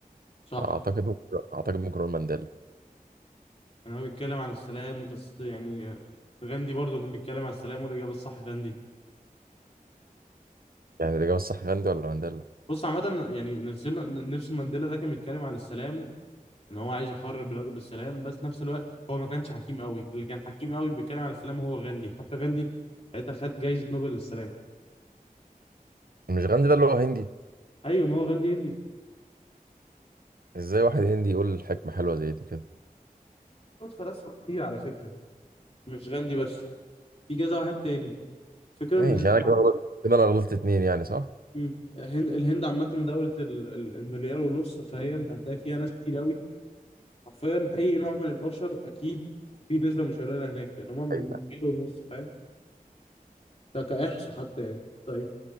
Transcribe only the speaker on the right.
اعتقد ممكن اعتقد ممكن اقول مانديلا
يعني الاجابه الصح غاندي ولا مانديلا
مش غاندي ده اللي هو هندي
ازاي واحد هندي يقول حكمه حلوه زي دي كده
ماشي
انا كده غلطت كده انا غلطت اتنين يعني صح
أيوة،